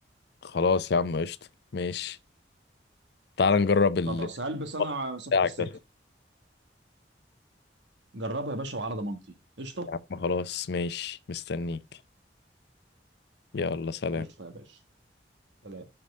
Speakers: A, on the left; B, on the right.
A: خلاص يا عم قشطة ماشي تعال نجرب ال
B: خلاص هلبس انا صفت
A: بتاعك
B: السكه
A: ده
B: جربها يا باشا وعلى ضمانتي قشطه
A: يا عم خلاص ماشي مستنيك يلا سلام
B: قشطه يا باشا سلام